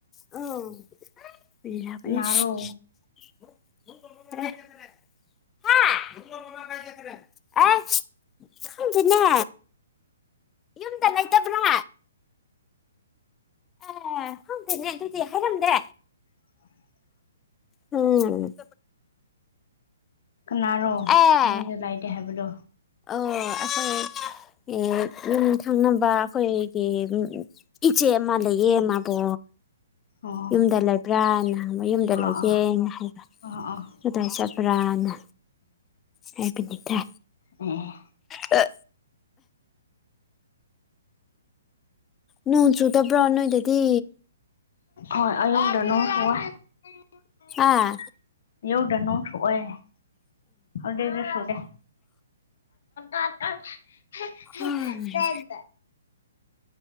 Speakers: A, on the left (about 15°); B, on the left (about 60°).
A: ꯑꯝ <unintelligible> <unintelligible>
B: ꯀꯅꯥꯔꯣ
A: ꯍꯥ <unintelligible> ꯑꯁ ꯈꯪꯗꯦꯅ ꯌꯨꯝꯗ ꯂꯩꯇꯕ꯭ꯔꯥ ꯑꯦ ꯈꯪꯇꯦꯅꯦ ꯑꯗꯨꯗꯤ ꯍꯥꯏꯔꯝꯗꯦ
B: <unintelligible>
A: ꯎꯝ
B: ꯀꯅꯥꯔꯣ
A: ꯑꯦ
B: ꯃꯤꯁꯨ ꯂꯩꯥꯇꯦ ꯍꯥꯏꯕꯗꯣ
A: ꯑꯣ ꯑꯩꯈꯣꯏ ꯌꯨꯝ ꯊꯪꯅꯕ ꯑꯩꯈꯣꯏ ꯀꯦ ꯏꯆꯦ ꯑꯃ ꯂꯩꯌꯦ ꯃꯥꯕꯣ
B: ꯑꯣ
A: ꯌꯨꯝꯗ ꯂꯩꯕ꯭ꯔꯥ ꯍꯥꯏꯅꯥ ꯍꯪꯕꯥ ꯌꯨꯝꯗ
B: ꯑꯥ
A: ꯂꯩꯇꯦꯅ
B: ꯑꯥ
A: ꯍꯥꯏꯕ
B: ꯑꯥ ꯑꯥ
A: ꯀꯗꯥꯥꯏ ꯆꯠꯄ꯭ꯔꯅ ꯍꯥꯏꯄꯅꯤꯇ
B: ꯎꯝ
A: ꯑꯦ ꯅꯣꯡ ꯆꯨꯗꯕꯔꯣ ꯅꯣꯏꯗꯥꯗꯤ
B: ꯑꯥ <unintelligible>
A: ꯑꯥ
B: ꯌꯧꯗꯅꯣꯡꯁꯨ ꯑꯣꯏꯌꯦ <unintelligible> ꯁꯨꯗꯦ <unintelligible>
A: ꯑꯩꯈꯣꯏꯗꯗꯤ